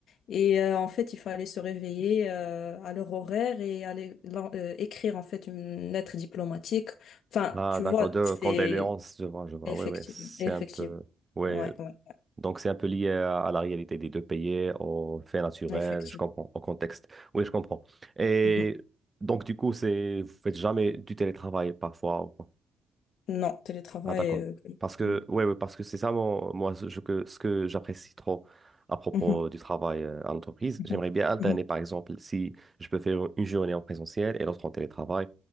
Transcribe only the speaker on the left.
Et euh, en fait, il fallait se réveiller euh, à leur horaire et aller lan- euh, écrire en fait une lettre diplomatique. Enfin,
tu
vois,
c'est
effectivement,
effectivement,
ouais, ouais,
effectivement.
Mhm. <laughs>
Non, télétravail.
euh,
<laughs>
mhm,
mhm,
mhm,